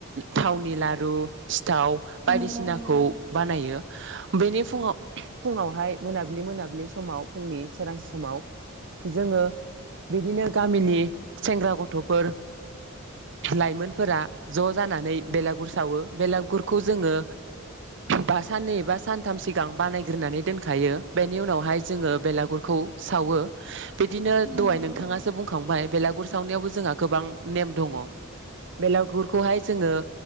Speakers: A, on the right (about 55°); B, on the right (about 45°).
A: थावनि लारु सि सिथाव बायदिसिनाखौ
B: नंगौ नोंथां
A: बानायो। बेनि फुङाव फुङावहाय मोनाब्लि मोनाबिलि समाव फुंनि सोरांसे समाव जोङो बिदिनो गामिनि सेंग्रा गथ'फोर लाइमोन फोरा ज' जानानै बेलागुर सावो बेलागुरखौ जोङो ब साननै बा सानथाम सिगां बानायग्रोनानै दोनखायो बेनि उनावहाय जोङो बेलागुरखौ सावो। बिदिनो
B: नंगौ
A: दहाय नोंथाङासो
B: नोंथां
A: बुंखांबाय बेला खुर सावनायावबो जोंहा गोबां नेम दङ। बेलागुरखौहाय जोङो